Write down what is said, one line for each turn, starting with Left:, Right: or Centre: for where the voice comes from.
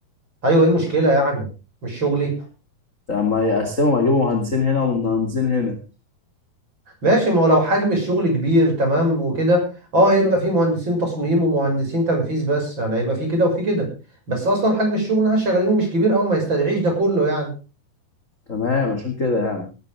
Right: ايوه ايه المشكله يعني مش شغلي
Left: لما يقسموا يجيبوا مهندسين هنا ومهندسين هنا
Right: ماشي ما هو لو حجم الشغل كبير تمام وكده اه هيبقى في مهندسين تصميم ومهندسين تنفيذ بس يعني هيبقى في كده وفي كده بس اصلا حجم الشغل اللي احنا شغالينه مش كبير قوي ما يستدعيش ده كله يعني
Left: تمام عشان كده يعني